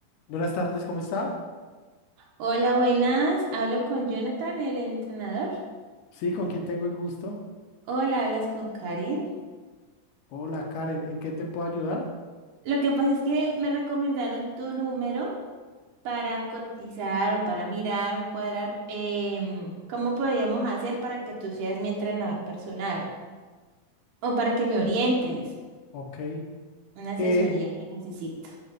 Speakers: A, on the left; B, on the right.
A: Buenas tardes, ¿cómo está?
B: Hola, buenas. Hablo con Jonathan, el entrenador.
A: Sí, ¿con quién tengo el gusto?
B: Hola, hablas con Karin.
A: Hola, Karen, ¿en qué te puedo ayudar?
B: Lo que pasa es que me recomendaron tu número para cotizar o para mirar, cuadrar, em, cómo podríamos hacer para que tú seas mi entrenador personal o para que me orientes.
A: Ok.
B: Una asesoría
A: Eh,
B: que necesito.